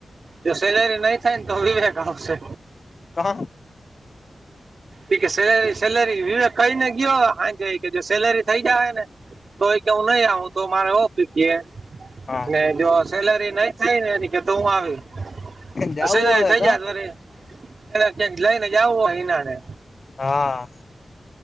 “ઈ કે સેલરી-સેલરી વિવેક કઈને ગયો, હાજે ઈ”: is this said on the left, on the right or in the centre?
Right